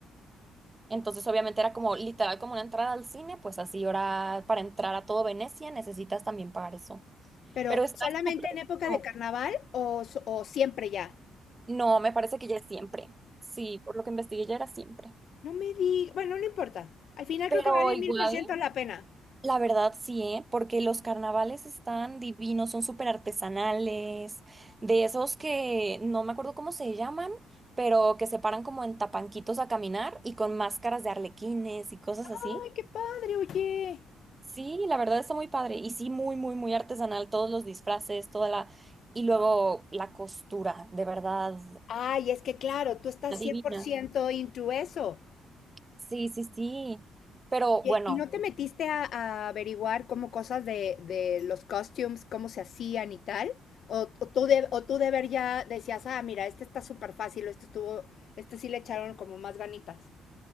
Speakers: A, on the right; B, on the left.
A: Entonces, obviamente era como literal como una entrada al cine, pues así ahora para entrar a todo Venecia necesitas también pagar eso.
B: Pero
A: Pero está
B: solamente
A: súper
B: en época
A: bueno.
B: de carnaval o, so- o siempre ya.
A: No, me parece que ya es siempre. Sí, por lo que investigué ya era siempre.
B: No me di. Bueno, no importa. Al final
A: Pero
B: creo que vale
A: igual,
B: mil por ciento la pena.
A: la verdad sí, ¿eh? Porque los carnavales están divinos, son súper artesanales, de esos que no me acuerdo cómo se llaman, pero que se paran como en tapanquitos a caminar y con máscaras de arlequines y cosas así.
B: Ay, qué padre, oye.
A: Sí, la verdad está muy padre. Y sí, muy, muy, muy artesanal. Todos los disfraces, toda la... Y luego la costura, de verdad,
B: Ay, es que claro, tú estás
A: adivina.
B: 100% into eso.
A: Sí, sí, sí. Pero
B: Oye,
A: bueno,
B: ¿y no te metiste a, a averiguar como cosas de, de los costumes, cómo se hacían y tal? O, o tú de, o tú de ver ya decías, ah, mira, este está súper fácil, o este estuvo, este sí le echaron como más ganitas.